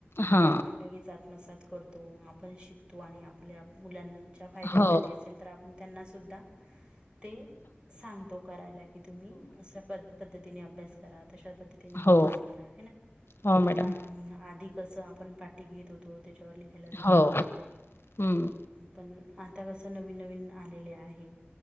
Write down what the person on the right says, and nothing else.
ते आपण लगेच आत्मसात करतो आपण शिकतो आणि आपल्या मुलां... च्या फायद्यासाठी
असेल तर आपण त्यांना सुद्धा.... ते सांगतो करायला की तुम्ही पद्धतीने अभ्यास करा... अभ्यास
करा
आ आधी कस आपण पाठी घेत होतो. लिहाय सांगत
होतो
पण... आता कसं नवीन नवीन आलेले आहे